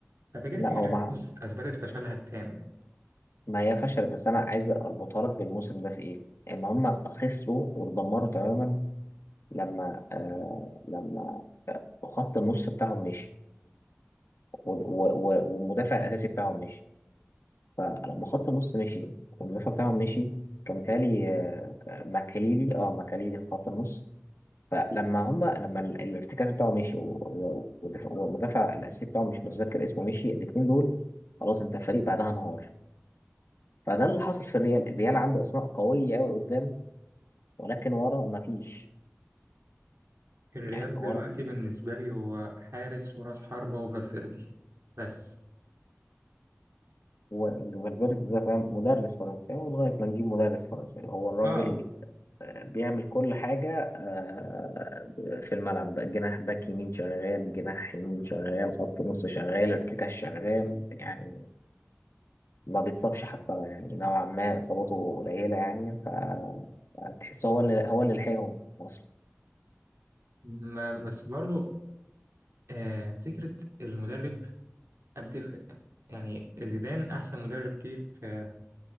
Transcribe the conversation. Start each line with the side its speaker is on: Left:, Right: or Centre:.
Right: ففكرة
Left: لا
Right: الجلاكتيكوس
Left: هو ما
Right: أثبتت فشلها التام يعني.
Left: ما هي فشل بس انا عايز اربطها لك بالموسم ده في ايه ان هم خسروا واتدمروا تماما لما آه لما آه، خط النص بتاعهم مشي و- و- و- والمدافع الاساسي بتاعهم مشي فلما خط النص مشي والمدافع بتاعهم مشي كان متهيألي آه، آه، ماكاليلي اه ماكاليلي في خط النص فلما هم لما ال- الارتكاز بتاعه مشي و- و- والدفاع والمدافع الاساسي بتاعهم مش متذكر اسمه مشي الاثنين دول خلاص انت الفريق بعدها انهار فده اللي حصل في الريال الريال عنده اسماء قويه قوي قدام ولكن ورا ما فيش
Right: الريال
Left: يعني ورا
Right: دلوقتي بالنسبة لي هو حارس وراس حربة وفالفيردي بس
Left: هو فالفيردي ده فاهم مدرس فرنساوي لغايه ما نجيب مدرس فرنساوي هو الراجل
Right: اه
Left: آه، بيعمل كل حاجه آه، في الملعب جناح باك يمين شغال جناح يمين شغال خط نص شغال ارتكاز شغال يعني ما بيتصابش حتى يعني نوعا ما اصاباته قليله يعني فتحس هو اللي هو اللي لحقهم اصلا
Right: ما بس برضو آه فكرة المدرب بتفرق يعني زيدان أحسن مدرب جه في